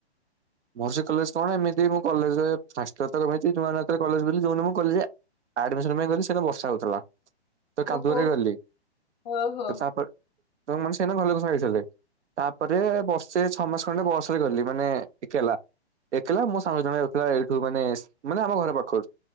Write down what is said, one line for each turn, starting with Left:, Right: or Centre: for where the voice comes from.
Right: ମୋର ସେ କଲେଜ କଣ ଏମିତି ମୁଁ କଲେଜ ରେ ଫାର୍ଷ୍ଟ ଫାଷ୍ଟ ରହିଛି ନୂଆ ନୂଆ ମୁ କଲେଜ ଗଲି ଯୋଉଦିନ ମୁ କଲେଜ ଆଡମିଶନ୍ ଗଲି ସେ ଦିନ ବର୍ଷା ହଉଥିଲା। ତ କାଦୁଅରେ
Left: ଓହୋ
Right: ଗଲି
Left: ଓହୋ
Right: ତ
Left: ହୁଁ
Right: ତାପ <unintelligible> ତାପରେ ବ ସେ ଛଅ ମାସ ଖଣ୍ଡେ ବସ ରେ ଗଲି ମାନେ ଏକେଲା ଏକଲା ମୋ ସାଙ୍ଗ ଜଣେ ଥିଲା ଏଇଠୁ ମାନେ ମାନେ ଆମ ଘର ପାଖରୁ।